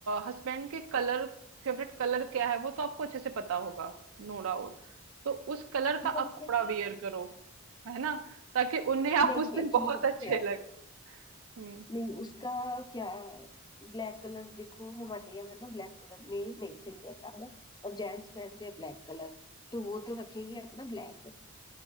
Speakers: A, on the right; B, on the left.
A: हस्बैंड के कलर फेवरेट कलर क्या है वो तो आपको अच्छे से पता होगा नो डाउट तो उस कलर का
B: वैसे
A: आप कपड़ा वेयर करो है ना ताकि उन्हें आप
B: नहीं
A: उस दिन
B: एक्चुअली
A: बहुत
B: पता
A: अच्छे
B: क्या है?
A: लगे हम्म
B: नहीं उसका क्या ब्लैक कलर देखो हमारे यहाँ ना ब्लैक कलर में नहीं सही रहता है ना और जेंट्स पहनते हैं ब्लैक कलर तो वो तो रखेंगे अपना ब्लैक